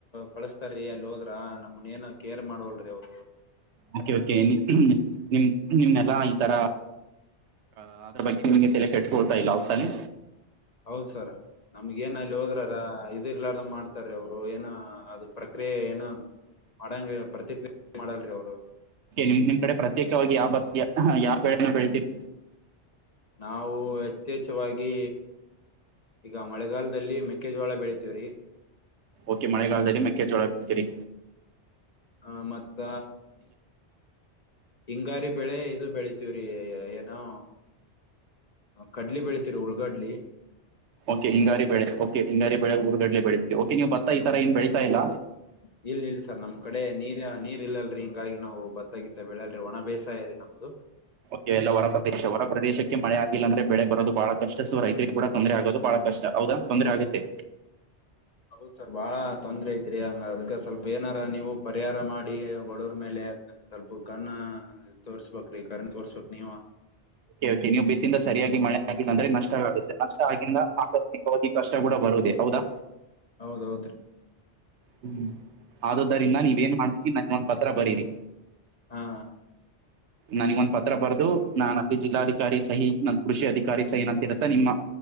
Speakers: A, on the left (about 40°); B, on the right (about 80°).
A: ಕಳಸ್ತಾರ್ ರೀ ಅಲ್ಲಿ ಹೋದ್ರ ನಮ್ಗ ಏನ ಕೇರ್ ಮಾಡವಲ್ರಿ ಅವ್ರು
B: ಒಕೆ ಒಕೆ ನಿಮ ನಿಮ್ಮನ್ನೆಲ್ಲಾ ಈ ತರ ಹ ಅದ್ರ ಬಗ್ಗೆ ನಿಮ್ಗೆಲ ತಲೆಕೆಟ್ಟಸ್ಕೊಳ್ತಾ ಇಲ್ಲ ಹೌದ ತಾನೇ
A: ಹೌದ್ ಸರ ನಮ್ಗ ಏನ ಅಲ್ಲಿ ಹೋದ್ರಾರ ಇದ್ದು ಇರಲಾರ ದಂಗೆ ಮಾಡ್ತಾರೆ ಅವ್ರು ಏನು ಅದ ಪ್ರಕ್ರಿಯೆ ಏನು ಮಾಡಂಗ ಪ್ರತಿಕ್ರಿಯ ಮಾಡಲ್ರಿ ಅವ್ರ
B: ನಿಮ್ ನಿಮ್ ಕಡೆ ಪ್ರತ್ಯೇಕವಾಗಿ ಯಾವ ಯಾವ ಬೆಳೆನ ಬೆಳಿತಿರಿ
A: ನಾವು ಯಥೇಚ್ವಾಗಿ ಈಗ ಮಳೆಗಾಲದಲ್ಲಿ ಮೆ ಮೆಕ್ಕೆ ಜೋಳ ಬೆಳಿತಿವ್ರೀ
B: ಓಕೆ ಮಳೆಗಾಲದಲ್ಲಿ ಮೆಕ್ಕೆಜೊಳ ಬೆಳಿತಿರಿ
A: ಹ ಮತ್ತ ಹಿಂಗಾರಿ ಬೆಳೆ ಇದು ಬೆಳಿತಿವಿ ಬಿತ್ತತಿವ್ರೀ ಏನೋ ಕಡ್ಲಿ ಬೆಳತಿವರಿ ಉಳ್ಗಡ್ಲಿ
B: ಓಕೆ ಹಿಂಗಾರಿನ ಬೆಳೆ ಓಕೆ ಹಿಂಗಾರಿ ಬೆಳೆ ಹುರಿಗಡಲೆ ಬೆಳೀತಿರಿ ಓಕೆ ನೀವು ಭತ್ತ ಈರ ಏನ್ ಬೆಳೀತಾ ಇಲ್ಲ
A: <unintelligible> ಇಲ್ ಇಲ್ ಸರ್ ನಮ್ ಕಡೆ ನೀರ್ ನೀರ್ ಇಲ್ಲಲ್ರರಿ ಹಿಂಗಾಗಿ ನಾವು ಬತ್ತಗತ್ತ ಬೆಳಲ್ರಿ ಒಣ ಬೇಸಾಯರಿ ನಮ್ದು
B: ಕೆ ಎಲ್ಲ ಹೊರ ಪ್ರದೇಶ ಹೊರ ಪ್ರದೇಶಕ್ಕೆ ಮಳೆ ಆಗಿಲ್ಲ ಅಂದ್ರೆ ಬೆಳೆ ಬರದು ಬಹಳಷ್ಟ ಸು ರೈತರಿಗೆ ಕೂಡ ತೊಂದರೆ ಆಗೋದು ಬಹಳ ಕಷ್ಟ ಹೌದಾ ತೊಂದ್ರರೆ ಆಗತ್ತೆ
A: ಹೌದ ಸರ್ ಬಾಳ ತೊಂದ್ರೆ ಐತ್ರಿ ಅದಕ್ಕೆ ಸ್ವಲ್ಪ ಏನಾರ ನೀವು ಪರಿಹಾರ ಮಾಡಿ ಬಡವರ್ ಮೇಲೆ ಸ್ವಲ್ಪ ಕಣ್ಣ ತೋರ್ಸ್ಬೇಕ್ರಿ ಕರೆನ್ ತೋರ್ಸ್ಬೇಕ್ ರಿ ನೀವ
B: ಒ ಕೆ ನೀವು ಬಿತ್ತಿಂದ ಸರಿಯಾಗಿ ಮಳೆ ಆಗಿಲ್ಲಂದ್ರೆ ನಷ್ಟ ಆಗುತ್ತೆ ನಷ್ಟ ಆಗಿಂದ ಆಕಸ್ಮಿಕವಾಗಿ ಕಷ್ಟ ಕೂಡ ಬರುದೇ ಹೌದಾ
A: ಹೌದೌದ್ರೀ
B: ಹ್ಮ್ ಆದುದ್ದರಿಂದ ನೀವ ಏನ್ ಮಾಡ್ತೀರಿ ನನಗೊಂದು ಪತ್ರ ಬರೀರಿ
A: ಹಾ
B: ನನ್ಗ ಒಂದ್ ಪತ್ರ ಬರ್ದು ನಾನ್ ಅಲ್ಲಿ ಜಿಲ್ಲಾಧಿಕಾರಿ ಸಹಿ ನನ್ ಕೃಷಿ ಅಧಿಕಾರಿ ಸೈನ್ ಅಂತಿರುತ್ತ ನಿಮ್ಮ